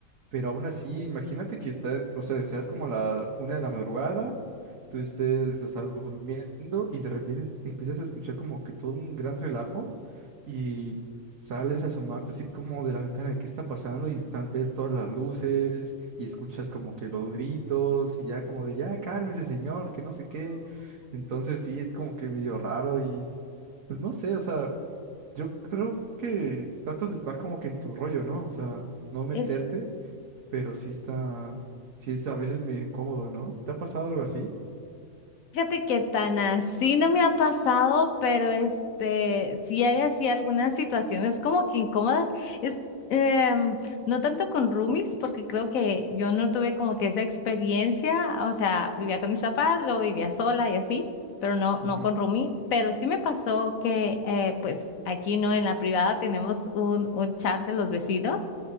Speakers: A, on the right; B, on the left.
A: pero aún así, imagínate que estás, no sé, seas como la una de la madrugada. Tú estés, o sea, durmiendo y de repente empiezas a escuchar como que todo un gran relajo y sales a asomarte así como de la ventana de qué está pasando y están, ves todas las luces y escuchas como que los gritos y ya como de ya cálmese señor, que no sé qué. Entonces sí, es como que medio raro y pues no sé, o sea, yo creo que tratas de estar como que en tu rollo, ¿no? O sea, no meterte,
B: Es.
A: pero sí está, sí es a veces medio incómodo, ¿no? ¿Te ha pasado algo así?
B: Fíjate que tan así no me ha pasado, pero este, sí hay así algunas situaciones como que incómodas. Es, em, no tanto con roomies, porque creo que yo no tuve como que esa experiencia, o sea, vivía con mis papás, luego vivía sola y así, pero no,
A: Ujú.
B: no con roomie. Pero sí me pasó que, eh, pues aquí no, en la privada tenemos un, un chat de los vecinos